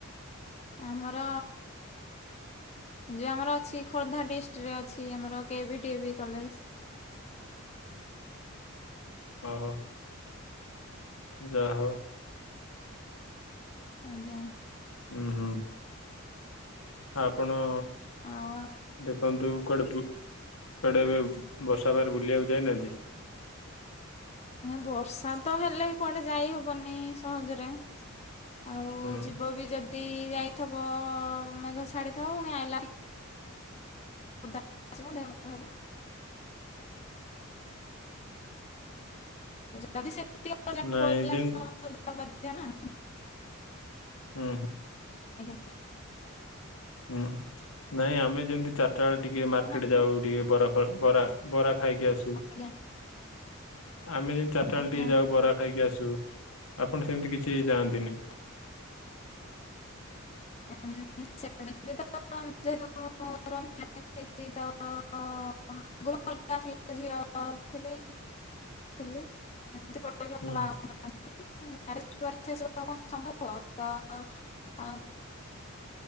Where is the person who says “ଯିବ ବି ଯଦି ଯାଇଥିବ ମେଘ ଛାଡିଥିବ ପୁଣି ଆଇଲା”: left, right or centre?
Left